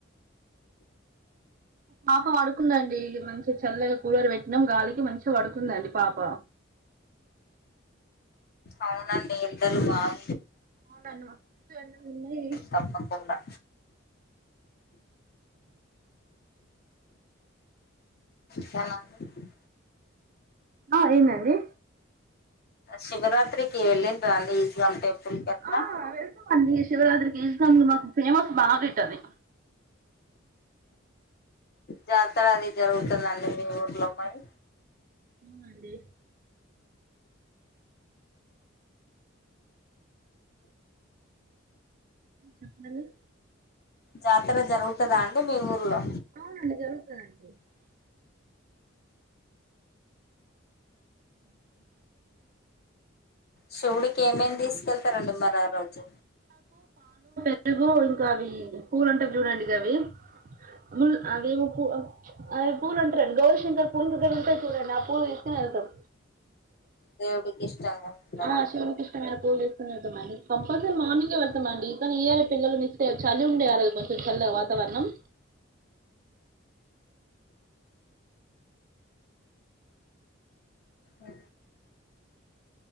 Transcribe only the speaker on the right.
పాప పడుకుందండి మంచిగా చల్లగా కూలర్ పెట్టి చినం గాలికి మంచిగా పడుకుందండి పాప
ఆవునండి మస్తు ఎండలు ఉన్నయి
ఆ ఏందండి
ఆ వెల్కమ్ అండి శివరాత్రికి ఫేమస్ బాగా ఇట్టది
అవునండి చెప్పండి
అవునండి జరుగు అ <unintelligible> అ
తెలుగు ఇంకా అవి పూలు అంటేవి చూడండి అవి మ అవి అది పూలుంటారండి గౌరీశంకర్ పూలుక్గడ ఉంటే చూడండి ఆ పూలు తీసుకుని వెళ్తాం
ఆ శివుని కృష్ణమే పోలీ మ కంపల్స మార్నింగ్ మడి ఈయల పిల్లలు మిస్ అయ్యు చలి ఉండేవారు అది కొంచెం చల్లగా వాతావరణం